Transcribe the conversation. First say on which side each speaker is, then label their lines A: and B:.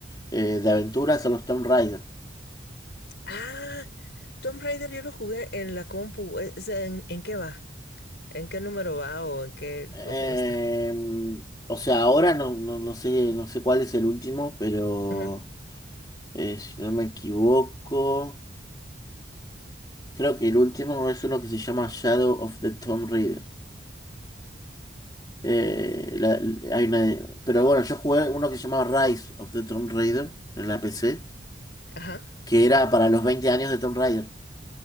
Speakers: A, on the left; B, on the left.
A: eh, de aventuras son los Tomb Raider.
B: Ah, Tomb Raider yo lo jugué en la compu. E, Es- ¿En, en qué va? ¿En qué número va o en qué
A: Eh,
B: o cómo está?
A: o sea, ahora no, no, no sé, no sé cuál es el último, pero...
B: Ujú.
A: Eh, si no me equivoco, creo que el último es uno que se llama Shadow of the Tomb Raider. Eh, la- la- hay una- pero bueno, yo jugué uno que se llamaba Rise of the Tomb Raider en la PC,
B: Ajá.
A: que era para los 20 años de Tomb Raider.